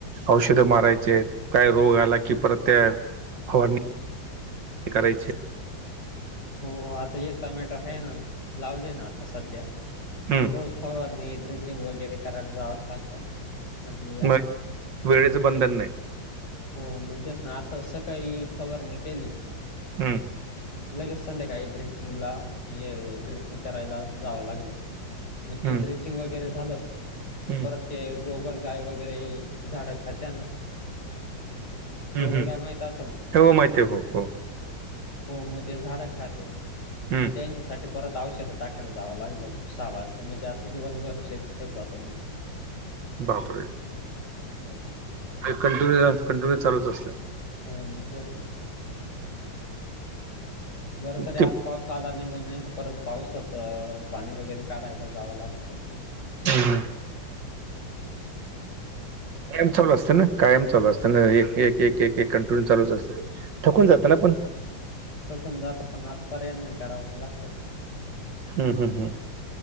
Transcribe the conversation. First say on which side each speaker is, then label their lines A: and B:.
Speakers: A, on the right; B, on the left.
A: औषध
B: हो
A: मारायचे
B: ते
A: आहेत, काय रोग आला की परत त्या फवारनी करायची
B: हो आता एक टोमॅटो आहे ना लावले ना आता सध्या
A: हम्म
B: रोज फवारणी ड्रेचिंग वगैरे करायला जावंच लागतं. म्हणजे
A: मग वेळेचं बंधन
B: तेच
A: नाही
B: हो म्हण तेच ना आता सकाळी फवारणी केली
A: हम्म.
B: लगेच संध्याकाळी ड्रेचिंगला ये ड्रेचिंग करायला जावं लागलं. मग ते
A: हम्म
B: ड्रेचिंग वगैरे झालं
A: हम्म
B: परत ते गोगल गाय वगैरे झाडं खात्या ना
A: हम्म
B: गोगल
A: हम्म
B: गाय माहित असेल ना?
A: हो माहिती आहे हो हो
B: हो मग ते झाडं खात्यात
A: हम्म
B: मग त्यांच्यासाठी परत औषध टाकायला जावं लागलं, सहा वाजता म्हणजे असं दिवसभर शेतच जातं निघून
A: बापरे.
B: हो.
A: कंटिन्यू हे अस कंटिन्यू चालूच असतंय.
B: हो मग ते असल बरं तरी
A: ते
B: आज पाऊस आला नाही ब नाही तर परत पाऊसात पाणी वगैरे काढायला जावं लागतं.
A: हम्म. कायम चालू असतं ना, कायम चालू असतं ना, एक एक
B: हो
A: एक एक एक कंटिन्यू चालूच असतं. थकून जातं
B: हो
A: ना पण
B: पण जात पण, आता पर्याय नाही करावं तर लागतच.
A: हम्म हम्म हम्म.